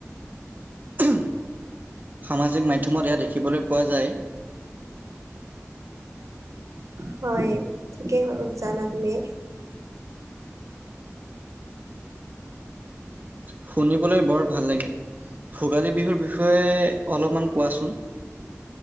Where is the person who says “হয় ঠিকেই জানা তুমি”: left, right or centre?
Right